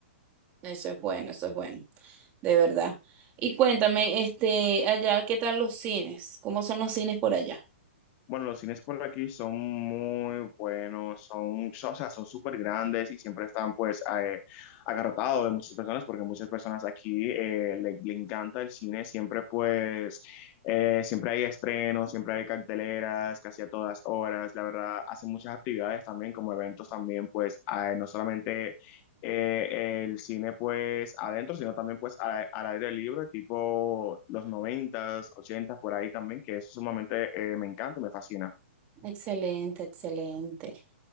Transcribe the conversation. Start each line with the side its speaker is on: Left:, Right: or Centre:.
Right: Eso es bueno, eso es bueno, de verdad. Y cuéntame, este, allá, ¿qué tal los cines? ¿Cómo son los cines por allá?
Left: Bueno, los cines por aquí son muy buenos, son, so, o sea, son súper grandes y siempre están pues a- eh, agarrotados de muchas personas porque muchas personas aquí eh, le, le encanta el cine, siempre pues, eh, siempre hay estrenos, siempre hay carteleras, casi a todas horas, la verdad, hacen muchas actividades también como eventos también pues, eh, no solamente eh, el cine pues adentro, sino también pues al, al aire libre, tipo los noventas, ochentas, por ahí también, que eso sumamente eh, me encanta y me fascina.
Right: Excelente, excelente.